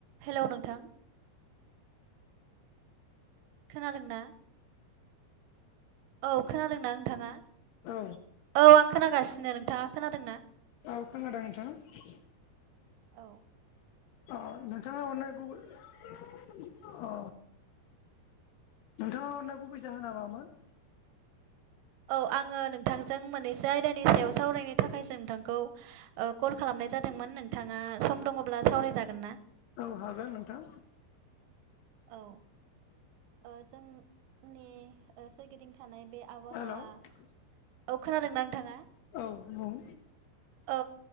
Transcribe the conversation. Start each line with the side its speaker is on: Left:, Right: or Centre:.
Right: हेल' नोंथां खोनादोंना औ खोनादोंना नोंथाङा
Left: औ
Right: औ आं खोनागासिनो नोंथाङा खोनादोंना
Left: औ खोनादों नोंथां
Right: औ
Left: अ नोंथाङा गुबै अ नोंथाङा हरनाय गुबै जाहोना मामोन?
Right: औ आङो नोंथांजों मोननैसो आयदानि सायाव सावरायनो थाखायसो नोंथांखौ कल खालामनाय जादोंमोन नोंथाङा सम दङब्ला सावरायजागोन ना
Left: औ हागोन नोंथां
Right: औ जोंनि सोरगिदिं थानाय बे आबहावा
Left: हेल' औ
Right: औ खोनादोंना नोंथाङा
Left: औ बुं
Right: औ